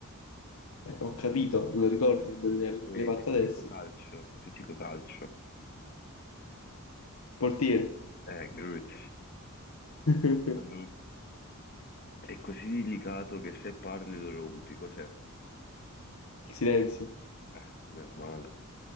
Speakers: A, on the left (about 65°); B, on the left (about 45°).
A: ho capito, non ricordo il indovinello,
B: Eh,
A: me l'hai fatto
B: se ti
A: adesso.
B: dico calcio,
A: Il
B: se ti dico calcio.
A: portiere.
B: Eh, grazie.
A: <laughs>
B: Allora, è così delicato che se parli lo rompi, cos'è?
A: Il silenzio.
B: Eh, meno male.